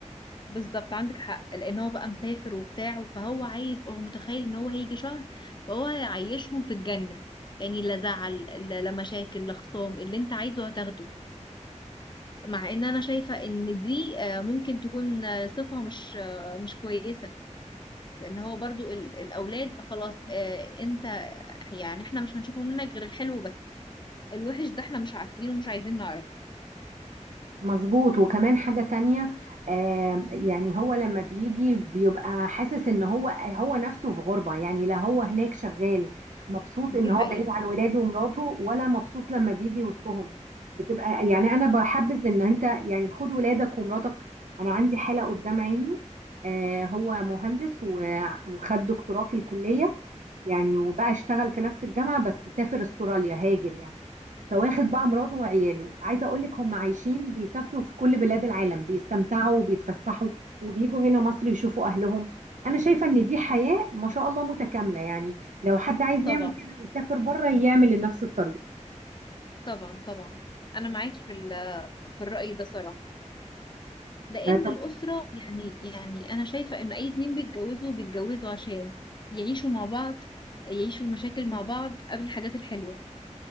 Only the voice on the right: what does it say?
مظبوط وكمان حاجة تانية آم، يعني هو لما بيجي بيبقى حاسس ان هو هو نفسه في غربة يعني لا هو هناك شغال مبسوط
ان هو
بعيد عن ولاده ومراته ولا مبسوط لما بيجي وسطهم بتبقى يعني انا بحبذ ان انت يعني خد ولادك ومراتك انا عندي حالة قدام عيني آه، هو مهندس و- وخد دكتوراه في الكلية يعني وبقى اشتغل في نفس الجامعة بس سافر استراليا هاجر يعني فواخد بقى مراته وعياله عايزة اقول لك هم عايشين بيسافروا في كل بلاد العالم بيستمتعوا وبيتفسحوا وبيجوا هنا مصر يشوفوا اهلهم انا شايفة ان دي حياة ما شاء الله متكاملة يعني لو حد عايز
يعمل كده ويسافر بره يعمل لنفس الطريقة
آه، طب